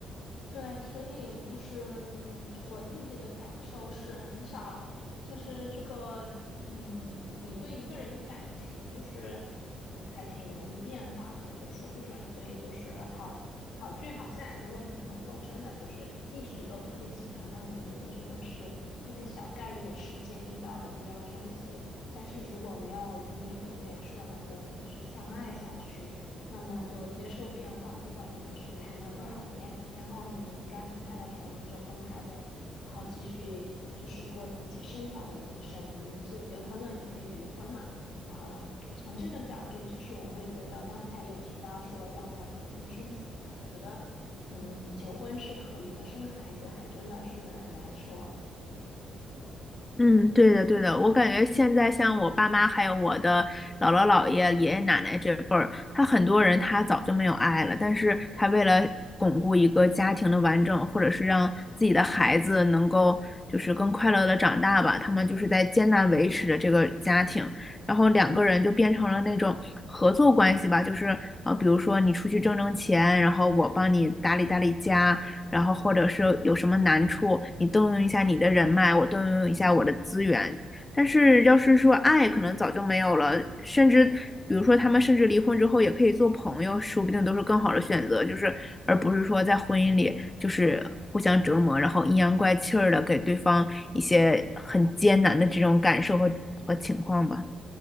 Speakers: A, on the left; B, on the left.
A: 对，所以就是嗯我自己的感受是很少，就是这个，嗯，你对一个人的感情就是，嗯，还挺容易变化的，就说不准。所以就是好好聚好散，如果你们能够真的就是一直都特别喜欢，那我觉得这个是特别小概率的事件，遇到了就要珍惜。但是如果没有如你所愿，说两个人一直相爱下去。那么就接受变化，不管你们是谈了多少年，然后你们该分开的时候，那就分开呗，然后继续就是过自己剩下的人生。你们就结婚了也可以离婚嘛，啊、从这个角度，其实我会觉得刚才有提到说要不要结婚生子嘛，我觉得，嗯，结婚是可以的，生孩子还真的是很难说。
B: 嗯，对的，对的，我感觉现在像我爸妈，还有我的姥姥姥爷、爷爷奶奶这辈儿，他很多人他早就没有爱了，但是他为了巩固一个家庭的完整，或者是让自己的孩子能够就是更快乐的长大吧，他们就是在艰难维持着这个家庭，然后两个人就变成了那种合作关系吧，就是呃，比如说你出去挣挣钱，然后我帮你打理打理家，然后或者是有什么难处，你动用一下你的人脉，我动用一下我的资源。但是要是说爱，可能早就没有了，甚至比如说他们甚至离婚之后也可以做朋友，说不定都是更好的选择，就是而不是说在婚姻里就是互相折磨，然后阴阳怪气儿的给对方一些很艰难的这种感受和和情况吧。